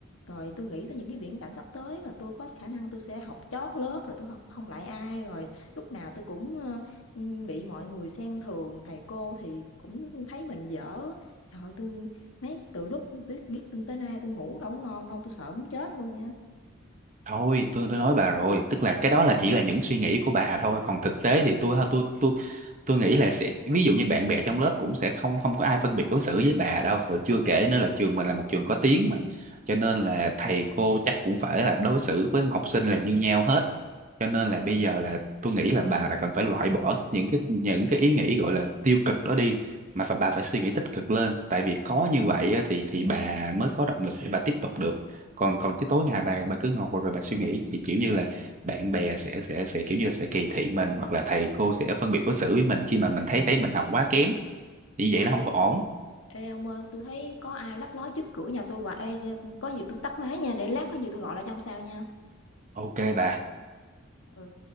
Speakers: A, on the left; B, on the right.
A: Rồi tôi nghĩ tới những cái viễn cảnh sắp tới mà tôi có khả năng tôi sẽ học chót lớp, rồi tôi học không lại ai, rồi lúc nào tôi cũng, ơ, ưm, bị mọi người xem thường, thầy cô thì cũng thấy mình dở. Trời ơi, tui mấy từ lúc tui biết tin tới nay tôi ngủ đâu có ngon đâu, tôi sợ muốn chết luôn nha
B: Thôi tôi tôi nói bà rồi tức là cái đó là chỉ là những suy nghĩ của bà thôi còn thực tế thì tôi tôi tôi tôi nghĩ là sẽ ví dụ như bạn bè trong lớp cũng sẽ không không có ai phân biệt đối xử với bà đâu rồi chưa kể nữa là trường mình là một trường có tiếng mà cho nên là thầy cô chắc cũng phải là đối xử với học sinh là như nhau hết cho nên là bây giờ là tôi nghĩ là bà là cần phải loại bỏ những cái những cái ý nghĩ gọi là tiêu cực đó đi mà phải bà phải suy nghĩ tích cực lên tại vì có như vậy á, thì thì bà mới có động lực để bà tiếp tục được còn còn chứ tối ngày bà bà cứ ngồi rồi bà suy nghĩ thì kiểu như là bạn bè sẽ sẽ sẽ kiểu như là sẽ kỳ thị mình hoặc là thầy cô sẽ phân biệt đối xử với mình khi mà mình thấy thấy mình học quá kém như
A: Ừ,
B: vậy nó
A: ê,
B: không có ổn
A: ê ông ơi, tôi thấy có ai lấp ló trước cửa nhà tôi hoài. Ê, có gì tôi tắt máy nha, để lát có gì tôi gọi lại trong sao nha.
B: ok bà
A: Ừ.